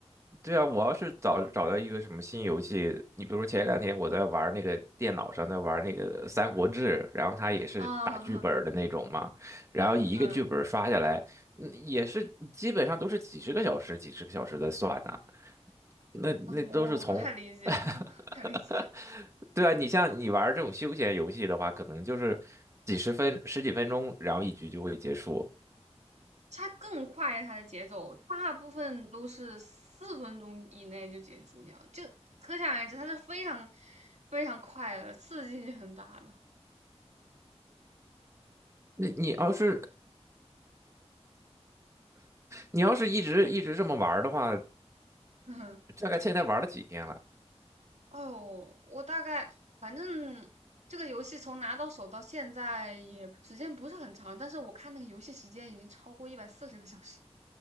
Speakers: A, on the right; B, on the right.
A: 对啊，我要是找找到一个什么新游戏，你比如前两天我在玩那个电脑上在玩那个《三国志》，然后它也是打剧本儿的那种嘛，
B: 啊，
A: 然后一个剧本儿刷下来，
B: 嗯，
A: 嗯也是基本上都是几十个小时、几十个小时的算呐、那那都是从，
B: 啊，我我太理解了，
A: <laughs>
B: <laughs> 太理解了。
A: 对啊，你像你玩这种休闲游戏的话，可能就是几十分、十几分钟，然后一局就会结束。
B: 它更快呀，它的节奏大部分都是四分钟以内就结束掉，就可想而知，它是非常非常快的，刺激性很大的。
A: 那你要是你要是一直一直这么玩儿的话，
B: <laughs> 嗯
A: 大概现在玩了几天了？
B: 哎呦，我大概反正这个游戏从拿到手到现在也时间不是很长，但是我看那个游戏时间已经超过一百四十个小时，